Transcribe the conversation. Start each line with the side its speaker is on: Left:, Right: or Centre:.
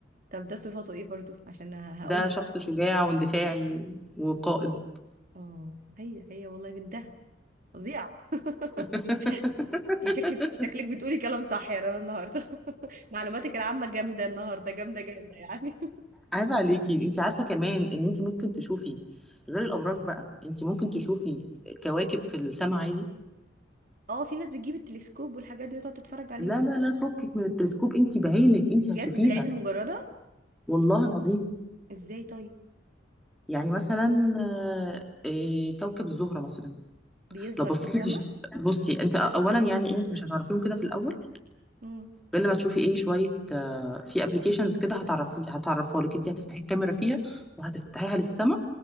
Right: طب ده صفاته ايه برضو عشان هقول
Centre: ده
Right: لك
Centre: شخص
Right: صح
Centre: شجاع
Right: ولا غلط
Centre: واندفاعي وقائد
Right: اه هي هي والله بنتها فظيعة <laughs>
Centre: <laughs>
Right: انت شكلك شكلك بتقولي كلام صح يا رنا النهارده <laughs> معلوماتك العامة جامدة النهارده جامدة جامدة يعني
Centre: عيب عليكي انت عارفه كمان ان انت ممكن تشوفي غير الابراج بقى انت ممكن تشوفي كواكب في السماء عادي
Right: <laughs> اه في ناس بتجيب التلسكوب والحاجات دي وتقعد تتفرج عليهم
Centre: لا لا لا فكك من التلسكوب انت بعينك انت
Right: بجد
Centre: هتشوفيها
Right: بالعين المجردة
Centre: والله العظيم
Right: ازاي طيب
Centre: يعني مثلا آه، آه، كوكب الزهره مثلا
Right: بيظهر
Centre: لو بصيتي
Right: في السماء
Centre: في بصي انت اولا يعني ايه مش هتعرفيهم كده في الاول
Right: امم
Centre: غير لما تشوفي ايه شويه آه، في ابلكيشنز كده هتعرفوا هتعرفها لك انت هتفتحي الكاميرا فيها وهتفتحيها للسما